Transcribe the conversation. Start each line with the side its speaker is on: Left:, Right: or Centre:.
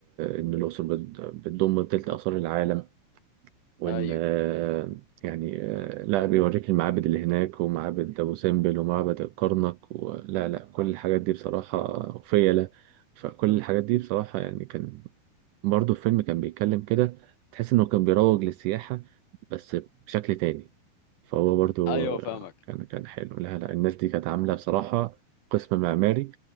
Right: إن الأقصر بت- بتضم تلت آثار العالم وان
Left: أيوه
Right: آه، يعني آه، لا بيوريك المعابد اللي هناك ومعابد ابو سمبل ومعبد الكرنك ولا لا كل الحاجات دي بصراحه وفيله فكل الحاجات دي بصراحه يعني كان برضه الفيلم كان بيتكلم كده تحس انه كان بيروج للسياحة بس بشكل تاني فهو برضه
Left: أيوه فاهمك
Right: كان كان حلو لا لا الناس دي كانت عاملة بصراحة قسم معماري